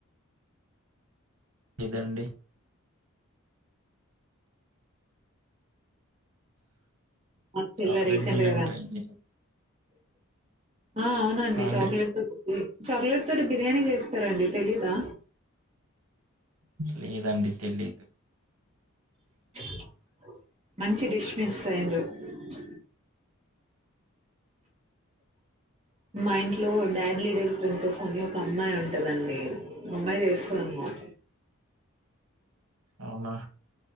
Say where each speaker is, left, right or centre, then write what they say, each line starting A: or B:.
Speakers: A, on the right; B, on the right.
A: ఇదండి
B: మా పిల్ల
A: చాక్లెట్
B: రీసెంట్
A: బిర్యానీ
B: గా
A: ట్రై చేయలేదు
B: ఆ అవునండి
A: అండి
B: చాక్లెట్ తో కే చాక్లెట్ తోటి బిర్యానీ చేస్తరండి తెలీదా?
A: లేదండి తెలీదు
B: <inaudible> మంచి డిష్ మిస్సయ్యిండ్రు ప్చ్ <inaudible> మా ఇంట్లో డాడ్ లిటిల్ ప్రిన్సెస్ అని ఒక అమ్మాయి ఉంటదండి, ఆ అమ్మాయి చేస్తది అన్నమ <inaudible>
A: అవునా